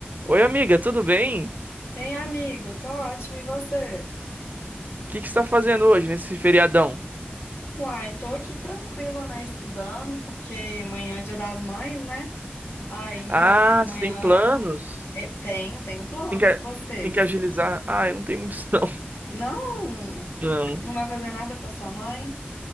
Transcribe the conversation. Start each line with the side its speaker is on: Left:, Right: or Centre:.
Right: Oi, amiga, tudo bem? O
Left: Ei, amigo, tô ótimo, e você?
Right: que que você está fazendo hoje nesse feriadão?
Left: Uai, tô aqui tranquila, né, estudando, porque amanhã é Dia das Mães, né? Aí
Right: Ah,
Left: eu amanhã
Right: você tem planos?
Left: eu eh, tenho, tenho planos,
Right: Tem que,
Left: e você?
Right: tem que agilizar. Ah, eu não tenho muitos, não. <laughs>
Left: Não,
Right: Não.
Left: não vai fazer nada pra sua mãe?